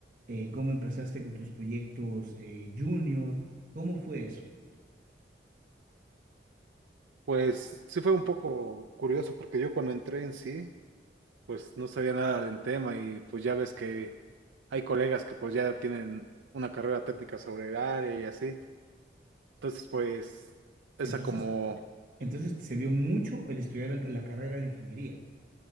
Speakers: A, on the right (about 45°); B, on the right (about 85°).
A: Eh, ¿cómo empezaste con tus proyectos eh, junior? ¿Cómo fue eso?
B: Pues sí fue un poco curioso porque yo cuando entré en sí, pues no sabía nada del tema y pues ya ves que hay colegas que pues ya tienen una carrera técnica sobre el área y así. Entonces pues esa
A: Entonces,
B: como,
A: Entonces te sirvió mucho el estudiar la carrera de ingeniería.